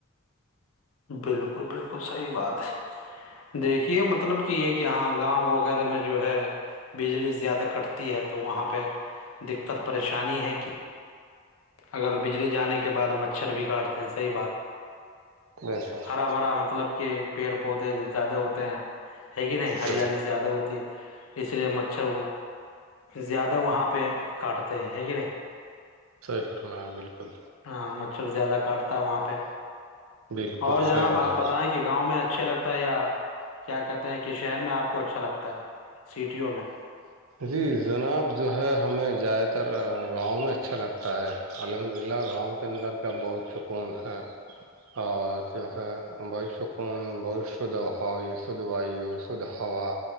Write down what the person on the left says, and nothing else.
بالکل بالکل صحی بات ہے دیکھیے مطلب کہ یہ کہ یہاں گاؤں وغیرہ میں جو ہے بجلی زیادہ کٹتی ہے تو وہاں پہ دقت پریشانی ہے کہ اگر بجلی جانے کے بعد مچھر بھی کاٹتے ہیں صحیح بات ہے
ہرا بھرا مطلب کہ پیڑ پودے زیادہ ہوتے ہیں ہے کہ نہیں ہریالی
زیادہ ہوتی ہے اس لیے مچھر زیادہ وہاں پہ کاٹتے ہیں ہے کہ نہیں
ہاں مچھر زیادہ کاٹتا ہے وہاں پہ
اور جناب
آپ بتائیں کہ گاؤں میں اچھے لگتا ہے یا کیا کہتے ہیں کہ شہر میں آپ کو اچھا لگتا ہے سٹیوں میں